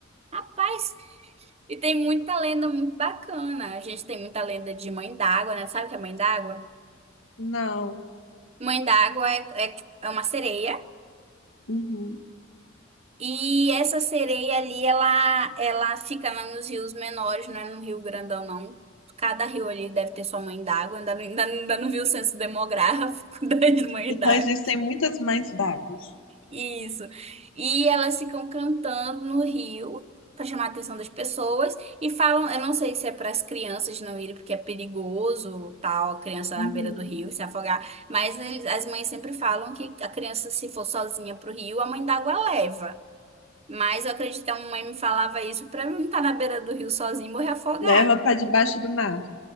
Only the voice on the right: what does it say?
Rapaz, e tem muita lenda muito bacana. A gente tem muita lenda de mãe d'água, né? Sabe o que é mãe d'água?
Mãe d'água é, é, é uma sereia.
E essa sereia ali, ela, ela fica na- nos rios menores, não é no rio grandão, não. Cada rio ali deve ter sua mãe d'água. Ainda, não- ainda, não- ainda não vi o censo demográfico <laughs> das mães
d'água.
Isso. E elas ficam cantando no rio para chamar a atenção das pessoas e falam, eu não sei se é para as crianças não irem porque é perigoso, tal, a criança
na beira do rio se afogar, mas eles- as mães sempre falam que a criança se for sozinha pro rio, a mãe d'água leva. Mas eu acredito que a mãe me falava isso para não estar na beira do rio sozinha e morrer afogada.